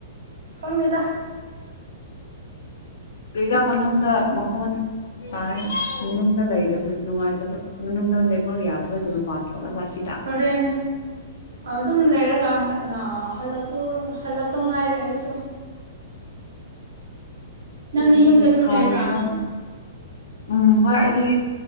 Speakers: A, on the right; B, on the left.
A: ꯈꯪꯃꯦꯦꯗ
B: ꯄꯔꯤꯔꯝ ꯃꯅꯨꯡꯗ ꯃꯈꯣꯟ ꯇꯥꯏ ꯃꯅꯨꯡꯗ ꯂꯩꯇꯕ ꯅꯨꯡꯉꯥꯏꯇꯕ ꯃꯅꯨꯡꯗꯦꯛꯥꯎ ꯌꯥꯗꯕꯒꯤ ꯄꯥꯂ ꯆꯁꯤ
A: ꯍꯣꯔꯦꯟ ꯑꯗꯨꯝ ꯂꯩꯔꯒ ꯍꯜꯂꯛ ꯑꯗꯨ ꯍꯜꯂꯞꯛꯇꯧ ꯉꯥꯏꯔꯦ ꯑꯩꯁꯨ
B: ꯀꯅꯦ
A: ꯅꯪꯗꯤ ꯌꯨꯝꯗ ꯑꯗꯨꯝ
B: ꯁꯥꯅꯕꯅꯕ꯭ꯔ
A: ꯂꯩꯕ꯭ꯔꯥ
B: ꯎꯝ ꯍꯣꯏ ꯑꯩꯗꯤ